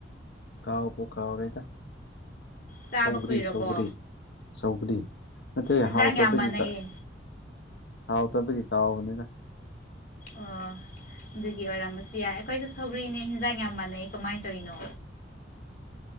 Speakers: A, on the left; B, on the left.
A: ꯀꯥꯎꯕꯨ ꯀꯥꯎꯔꯦꯗ
B: ꯆꯥꯕ
A: ꯁꯧꯒ꯭ꯔꯤ
B: ꯀꯨꯏꯔꯕꯣ
A: ꯁꯧꯒ꯭ꯔꯤ ꯁꯧꯒ꯭ꯔꯤ ꯅꯠꯇ‌ꯦ
B: ꯏꯟꯖꯥꯡ
A: ꯍꯥꯎꯇꯕꯒꯤꯇ
B: ꯌꯥꯝ ꯃꯥꯟꯅꯩꯌꯦ
A: ꯍꯥꯎ ꯇꯕꯒꯤ ꯀꯥꯎꯕꯅꯤꯗ
B: ꯑꯣ ꯑꯗꯨꯒꯤ ꯑꯣꯏꯔꯝꯕꯁꯨ ꯌꯥꯏ ꯑꯩꯈꯣꯏꯁꯨ ꯁꯧꯒꯔꯤꯅ‌ꯦ ꯍꯤꯟꯖꯥꯡ ꯌꯥꯝ ꯃꯥꯟꯅꯩ ꯀꯃꯥꯏꯅ ꯇꯧꯋꯤꯅꯣ